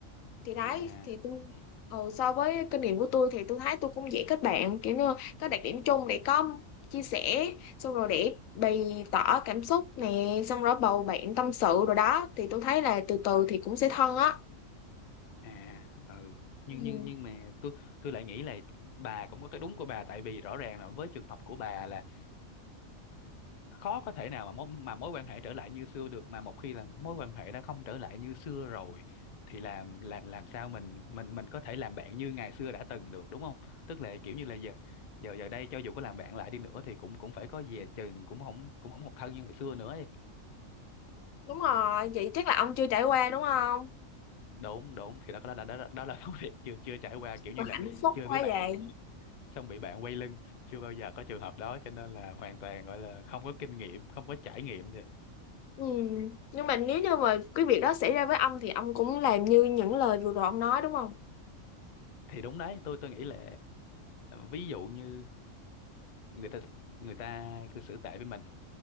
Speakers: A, on the left; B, on the left.
A: thì đấy
B: à
A: thì tôi ờ, so với kinh nghiệm của tôi thì tôi thấy tôi cũng dễ kết bạn kiểu như có đặc điểm chung để có chia sẻ xong rồi để bày tỏ cảm xúc nè xong rồi bầu bạn tâm sự rồi đó thì tôi thấy là từ từ thì cũng sẽ thân á
B: à ừ nhưng
A: ừ.
B: nhưng nhưng mà tôi tôi lại nghĩ là bà cũng có cái đúng của bà tại vì rõ ràng là với trường hợp của bà là khó có thể nào mà mối, mà mối quan hệ trở lại như xưa được mà một khi là mối quan hệ đã không trở lại như xưa rồi thì làm làm làm sao mình mình mình có thể làm bạn như ngày xưa đã từng được đúng không tức là kiểu như là giờ giờ giờ đây cho dù có làm bạn lại đi nữa thì cũng cũng phải có dè chừng cũng không cũng không còn thân như hồi xưa nữa ấy.
A: đúng rồi vậy chắc là ông chưa trải qua đúng không
B: đúng đúng thì đó đó là đó, đó, đó là <laughs> công việc chưa chưa trải qua kiểu như
A: mà
B: là
A: hạnh phúc
B: chơi
A: quá
B: với bạn
A: vậy
B: xong bị bạn quay lưng chưa bao giờ có trường hợp đó cho nên là hoàn toàn gọi là không có kinh nghiệm không có trải nghiệm thì
A: ừ. nhưng mà nếu như mà cái việc đó xảy ra với ông thì ông cũng làm như những lời vừa rồi ông nói đúng không
B: thì đúng đấy tôi tôi nghĩ là ví dụ như người ta người ta cư xử tệ với mình